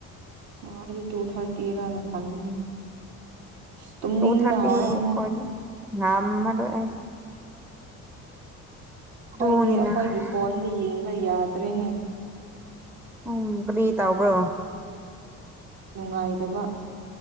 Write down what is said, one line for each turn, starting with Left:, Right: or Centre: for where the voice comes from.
Right: ꯑꯣ ꯑꯩꯗꯤ ꯇꯨ ꯊꯥꯔꯇꯤꯔꯅ ꯈꯥꯟꯕꯅꯤ ꯑꯁ ꯇꯨꯝꯅꯤꯡꯕ
Centre: ꯇꯨ ꯊꯥꯔꯇꯤ
Right: ꯍꯧꯔꯦ ꯑꯃꯨꯛ
Centre: ꯑꯣꯏꯔꯗꯤ ꯉꯝꯃꯔꯣꯏ ꯑꯩ ꯑꯗꯨꯅꯤꯅ
Right: ꯑꯩꯏꯗꯤ ꯑꯩꯈꯣꯏꯒꯤ
Centre: ꯈꯔ
Right: ꯐꯣꯟꯗ ꯌꯦꯡꯕ ꯌꯥꯗ꯭ꯔꯦꯅꯦ꯫
Centre: ꯎꯝ ꯀꯔꯤ ꯇꯥꯎꯕ꯭ꯔꯣ
Right: ꯅꯨꯡꯉꯥꯏꯗꯕ